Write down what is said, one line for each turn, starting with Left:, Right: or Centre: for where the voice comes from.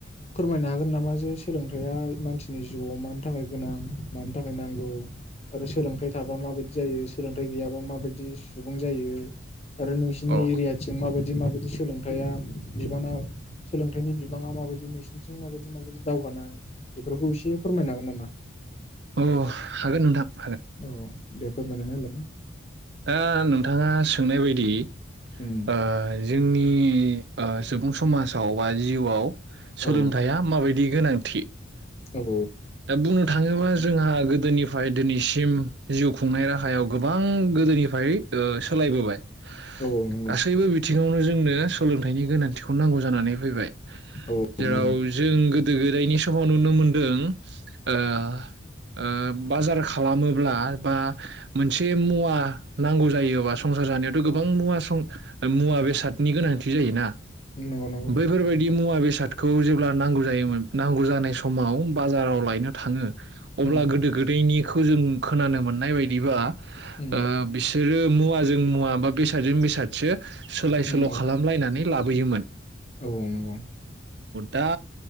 Left: फोरमायनो हागोन नामा जे सोलोंथाइया मानसिनि जिउआव मानि थाखाय गोनां, मानि थाखाय नांगौ आरो सोलोंथाइ थाबा माबायदि जायो सोलोंथाइ गैयाबा माबायदि सुबुं जायो? आरो नोंसिनि
Right: अ
Left: एरियाथिं माबायदि बिदि माबायदि सोलोंथाया, बिबाना सोलोंथाइनि बिबाङा माबायदि नोंसिनिथिं माबायदि माबायदि दावगानाय बेफोरखौ एसे फोरमायनो हागोन नामा?
Right: अ हागोन नोंथां। हागोन
Left: औ दे फोरमायनानै होलाय।
Right: ओ नोंथाङा सोंनाय बायदि।
Left: उम
Right: ओ जोंनि सुबुं समाजाव बा जिउआव। सोलोंथया
Left: औ
Right: माबायदि। गोनांथि।
Left: औ
Right: दा बुंनो थाङोबा जोंहा गोदोनिफ्राय दिनैसिम जिउ खुंनाय राहायाव गोबां। गोदोनिफ्राय सोलायबोबाय।
Left: औ नंगौ
Right: गासैबो बिथिङावनो जोंनो। सोलोंथाइनि गोनांथिखौ नांगौ जानानै फैबाय।
Left: औ
Right: जेराव
Left: नंगौ
Right: जों गोदो गोदायनि समाव नुनो मोनदों। ओ ओ बाजार खालामोब्ला बा मोनसे मुवा। नांगौ जायोबा। संसार जानायावथ
Left: औ
Right: गोबां मुवा। मुवा बेसादनि गोनांथि जायोना?
Left: नंगौ नंगौ
Right: बैफोरबायदि मुवा बेसाद खौ जेब्ला नांगौ जायोमोन नांगौ जानाय समाव बाजाराव लायनो थाङो। अब्ला
Left: उम
Right: गोदो गोदायनि। खौ जों खोनानो मोननाय बायदिबा।
Left: ओम।
Right: ओ बिसोरो मुवाजों मुवा बेसादजों बेसादसो। सोलाय
Left: उम
Right: सोल
Left: औ
Right: खालामलायनानै लाबो। बुयोमोन।
Left: औ नंगौ।
Right: दा